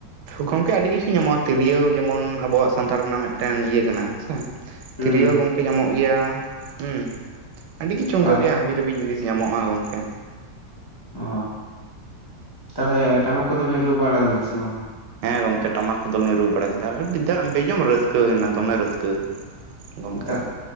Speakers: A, on the right; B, on the left.
A: ᱜᱚᱝᱠᱮ ᱟᱹᱰᱤ ᱠᱤᱪᱷᱩ ᱧᱟᱢᱚᱜᱼᱟ ᱛᱤᱨᱭᱳᱣ ᱡᱮᱢᱚᱱ ᱟᱵᱚᱣᱟᱜ ᱥᱟᱱᱛᱟᱲ ᱨᱮᱱᱟᱜ ᱢᱤᱫᱴᱮᱱ ᱤᱭᱟᱹ ᱠᱟᱱᱟ ᱦᱮᱸ ᱥᱮ
B: ᱦᱩᱸ
A: ᱛᱤᱨᱭᱳ ᱜᱚᱝᱠᱮ ᱧᱟᱢᱚᱜ ᱜᱮᱭᱟ ᱦᱩᱸ ᱟᱹᱰᱤ ᱠᱤᱪᱷᱩ
B: ᱛᱟᱯᱚᱨᱮ
A: ᱚᱱᱠᱟ ᱜᱮ ᱦᱟᱹᱵᱤᱡ ᱫᱷᱟᱹᱵᱤ ᱡᱤᱱᱤᱥ ᱧᱟᱢᱚᱜᱼᱟ ᱜᱚᱢᱠᱮ
B: ᱚ ᱛᱟᱦᱚᱞᱮ ᱴᱟᱢᱟᱠ ᱠᱚᱫᱚ ᱵᱤᱱ ᱨᱩ ᱵᱟᱲᱟ ᱞᱮᱫᱟ ᱥᱮ ᱵᱟᱝ?
A: ᱦᱮᱸ ᱜᱚᱝᱠᱮ ᱴᱟᱢᱟᱠ ᱠᱚᱫᱚ ᱞᱤᱧ ᱨᱩ ᱵᱟᱲᱟ ᱠᱮᱫᱟ ᱟᱹᱰᱤ ᱵᱮᱡᱚᱢ ᱨᱟᱹᱥᱠᱟᱹ ᱦᱳᱭᱱᱟ ᱫᱚᱢᱮ ᱨᱟᱹᱥᱠᱟᱹ᱾ ᱜᱚᱢᱠᱮ
B: ᱱᱮᱛᱟᱜ